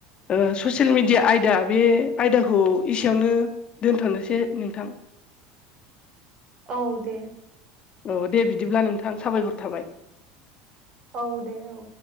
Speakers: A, on the left (about 35°); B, on the right (about 35°).
A: ओ ससियेल मिडिया आयदा बे आयदाखौ एसेयावनो दोनथ'नोसै नोंथां <inaudible>
B: औ दे
A: औ दे बिदिब्ला नोंथां साबायखर थाबाय
B: औ दे औ